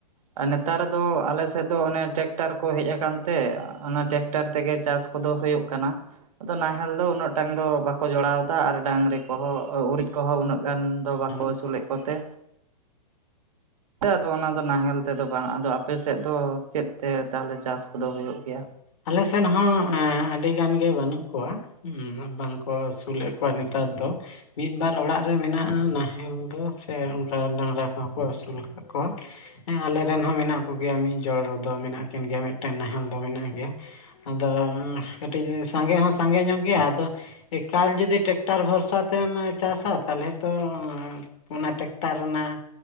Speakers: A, on the right; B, on the left.
A: ᱟ ᱱᱮᱛᱟᱨ ᱫᱚ ᱟᱞᱮ ᱥᱮᱫ ᱫᱚ ᱚᱱᱮ ᱴᱮᱠᱴᱟᱨ ᱠᱚ ᱦᱮᱡ ᱟᱠᱟᱱ ᱛᱮ ᱚᱱᱟ ᱴᱮᱠᱴᱟᱨ ᱛᱮᱜᱮ ᱪᱟᱥ ᱠᱚᱫᱚ ᱦᱳᱭᱳᱜ ᱠᱟᱱᱟ ᱟᱫᱚ ᱱᱟᱦᱮᱞ ᱫᱚ ᱩᱱᱟᱹᱜᱴᱟᱝ ᱫᱚ ᱵᱟᱠᱚ ᱡᱚᱲᱟᱣᱫᱟ ᱟᱨ ᱰᱟᱹᱝᱨᱤ ᱠᱚᱦᱚᱸ ᱩᱨᱤᱡ ᱠᱚ ᱦᱚᱸ ᱩᱱᱟᱹᱜ ᱜᱟᱱ ᱫᱚ ᱵᱟᱠᱚ
B: ᱟᱫᱚ
A: ᱟᱹᱥᱩᱞᱮᱫ ᱠᱚᱛᱮ ᱟᱫᱚ ᱚᱱᱟ ᱫᱚ ᱱᱟᱦᱮᱞ ᱱᱚᱛᱮ ᱫᱚ ᱵᱟᱝ ᱟᱫᱚ ᱟᱯᱮ ᱥᱮᱫ ᱫᱚ ᱪᱮᱫ ᱛᱮ ᱛᱟᱦᱚᱞᱮ ᱪᱟᱥ ᱠᱚᱫᱚ ᱦᱳᱭᱳᱜ ᱜᱮᱭᱟ
B: ᱟᱞᱮ ᱥᱮᱱ ᱦᱚᱸ ᱟᱹᱰᱤ ᱜᱟᱱ ᱜᱮ ᱵᱟᱹᱱᱩᱜ ᱠᱚᱣᱟ ᱦᱩ ᱵᱟᱝᱠᱚ ᱟᱹᱥᱩᱞᱮᱫ ᱠᱚᱣᱟ ᱱᱮᱛᱟᱨ ᱫᱚ ᱢᱤᱫ ᱵᱟᱨ ᱚᱲᱟᱜ ᱨᱮ ᱢᱮᱱᱟᱜᱼᱟ ᱱᱟᱦᱮᱞ ᱫᱚ ᱥᱮ ᱚᱱᱠᱟ ᱰᱟᱝᱨᱟ ᱠᱚᱦᱚᱸ ᱠᱚ ᱟᱹᱥᱩᱞ ᱟᱠᱟᱜ ᱠᱚ <inaudible> ᱦᱮᱸ ᱟᱞᱮᱨᱮ ᱨᱮᱱ ᱦᱚᱸ ᱢᱮᱱᱟᱜ ᱠᱚᱜᱮᱭᱟ ᱢᱤᱫ ᱡᱚᱲ ᱨᱮᱫᱚ ᱢᱮᱱᱟᱜ ᱠᱤᱱ ᱜᱮᱭᱟ ᱢᱤᱫᱴᱮᱱ ᱱᱟᱦᱮᱞ ᱫᱚ ᱢᱮᱱᱟᱜ ᱜᱮᱭᱟ ᱟᱫᱚ ᱠᱟᱹᱴᱤᱡ ᱥᱟᱸᱜᱮ ᱦᱚᱸ ᱥᱟᱸᱜᱮ ᱧᱚᱜ ᱜᱮᱭᱟ ᱟᱫᱚ ᱮᱠᱟᱞ ᱡᱩᱚᱫᱤ ᱴᱮᱠᱴᱟᱨ ᱵᱷᱚᱨᱥᱟ ᱛᱮᱢᱮ ᱪᱟᱥᱟ ᱛᱟᱞᱦᱮ ᱛᱚ ᱚᱱᱟ ᱴᱮᱠᱴᱟᱨ ᱨᱮᱱᱟᱜ